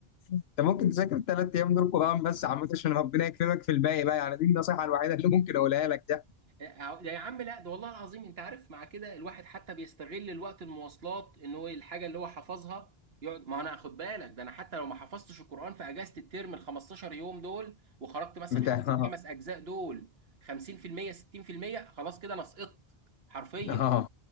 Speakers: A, on the left (about 80°); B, on the right (about 75°).
A: انت ممكن تذاكر الثلاث ايام دول قران بس يا عم عشان ربنا يكرمك في الباقي بقى يعني دي النصيحه الوحيده اللي ممكن اقولها لك يعني
B: أه، آه، ده يا عم لا ده والله العظيم انت عارف مع كده الواحد حتى بيستغل الوقت المواصلات ان هو الحاجه اللي هو حفظها يقعد ما انا خد بالك ده انا حتى لو ما حفظتش القران في اجازه الترم ال 15 يوم دول وخرجت مثلا
A: بتاع
B: حافظ
A: <laughs>
B: الخمس
A: اه
B: اجزاء دول 50% 60% خلاص كده انا سقطت حرفيا
A: اه